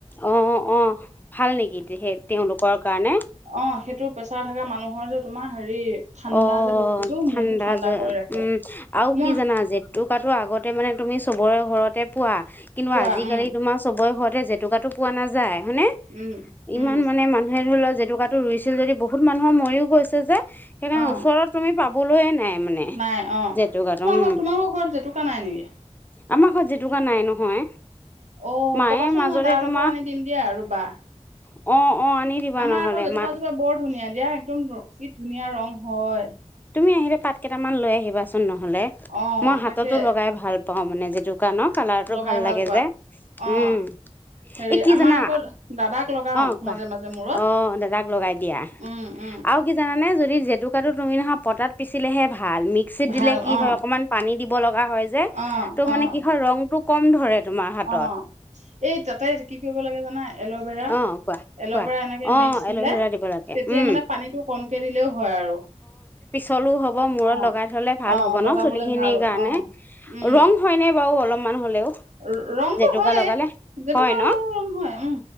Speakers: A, on the left; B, on the right.
A: অঁ অঁ ভাল নেকি? সেই তেওঁলোকৰ কাৰণে?
B: অঁ সেইটো প্ৰেছাৰ থকা মানুহৰ যে তোমাৰ হেৰি- ঠাণ্ডা
A: অ',
B: যে বস্তুটো
A: ঠাণ্ডা
B: মূৰটো
A: যে
B: কৰি ৰাখে
A: উম আৰু
B: মই
A: কি জানা জেতুকাটো আগতে মানে তুমি চবৰে ঘৰত তেপোৱা। কিন্তু,
B: পোৱা
A: আজিকালি
B: উম
A: তোমাৰ চবৰে ঘৰত জেতুকাটো পোৱা নাযায়। হয়নে?
B: উম
A: ইমান
B: উম
A: মানে মানুহে ধৰি লোৱা জেতুকাটো ৰুইছিল যদি বহুত মানুহৰ মৰিও গৈছে যে সেইকাৰণে
B: অ
A: ওচৰত তুমি পাব বলয়ে নাই। মানে
B: নাই অ',
A: জেতুকাটো
B: কিন্তু
A: উম,
B: আকৌ তোমালোকৰ ঘৰত জেতুকা নাই নেকি?
A: আমাৰ ঘৰত জেতুকা নাই নহয়।
B: অ',
A: মায়ে
B: ক'বাচোন
A: মাজতে
B: মই দাল
A: তোমাৰ
B: এটা আনি দিম দিয়া ৰুবা।
A: অ', অ', আনি দিবা
B: আমাৰ
A: নহ'লে
B: আকৌ জেতুকা
A: মা
B: জোপা বৰ ধুনীয়া দিয়া একদম <unintelligible> ধুনীয়া ৰং হয়।
A: তুমি আহিলে পাত কেইটামান লৈ আহিবাচোন নহ লে
B: অ',
A: মই হাততো
B: তাকে
A: লগাই ভাল পাওঁ মানে জেতু দোকানৰ কালাৰটো
B: লগাই
A: ভাল লাগে
B: পোৱা।
A: যে,
B: অ',
A: উম
B: হেৰি
A: এই কি
B: আমাৰ
A: জানা
B: আকৌ দাদাক লগাও
A: অহ কোৱা
B: মাজে মাজে মূৰত।
A: অ', দাদাক লগাই দিয়া
B: উম, উম,
A: আৰু কি জানানে? যদি জেতুকাটো তুমি নহয় পটাত পিচিলেহে ভাল। ভাল মিক্সিত
B: ভাল
A: দিলে কি
B: অ',
A: হয় অকমান পানী দিব লগা হয় যে
B: অ',
A: ত' মানে
B: অ',
A: কি হয় ৰংটোক কম ধৰে। তোমাৰ হাতত
B: অ', এই তাতে কি কৰিব লাগে জানা? এল'ভেৰা
A: অ',
B: -এল'ভেৰা
A: কোৱা কোৱা
B: এনেকে
A: অ',
B: মিক্স
A: এল'ভেৰা
B: দিলে
A: দিব লাগে
B: তেতিয়া
A: উম।
B: মানে পানীটো কমকে দিলেও হয় আৰু।
A: চলো হব মূৰত
B: অ',
A: লগাই থলে ভাল
B: অ',
A: হব
B: লগাবলে
A: ন', চুলি খিনিৰ
B: ভাল
A: কাৰণে,
B: অ', উম,
A: ৰং হয় নে? বাও অলপমান হলেও।
B: ৰ- ৰংটো
A: জেতুকা
B: হয়ে।
A: লগালে
B: জেতুকা
A: হয় ন?
B: ৰঙালাও ৰং হয় উম।